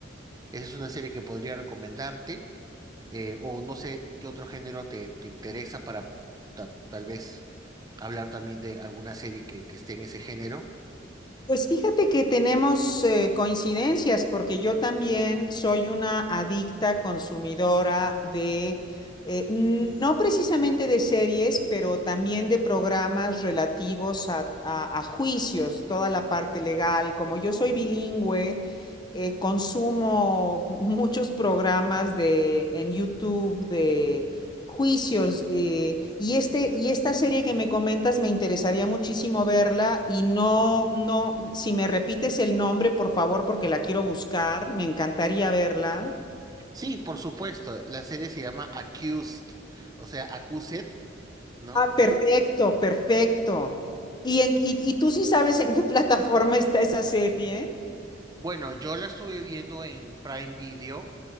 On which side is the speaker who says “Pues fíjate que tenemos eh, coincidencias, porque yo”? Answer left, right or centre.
Left